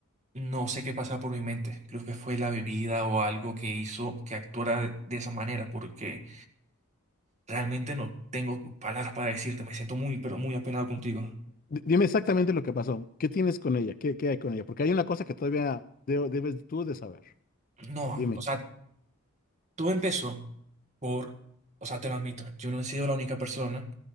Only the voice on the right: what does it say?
no sé qué pasaba por mi mente. Creo que fue la bebida o algo que hizo que actuara de de esa manera, porque realmente no tengo palabras para decirte. Me siento muy, pero muy apenado contigo.
No,
o sea, todo empezó por, o sea, te lo admito, yo no he sido la única persona